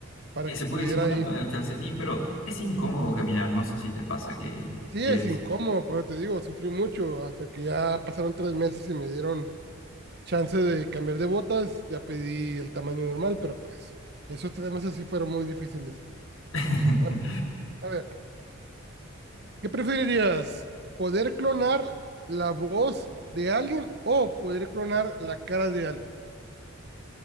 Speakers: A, on the right; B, on the left.
A: para
B: Eh,
A: que
B: Se
A: pudiera
B: puede simular
A: ahí.
B: con el calcetín, pero es incómodo caminar, no sé si te pasa que
A: Sí,
B: quieres...
A: es incómodo, pero te digo, sufrí mucho, hasta que ya pasaron tres meses y me dieron chance de cambiar de botas, ya pedí el tamaño normal, pero pues esos tres meses sí fueron muy difíciles.
B: <laughs>
A: Bueno, a ver, ¿Qué preferirías? ¿Poder clonar la voz de alguien o poder clonar la cara de alguien?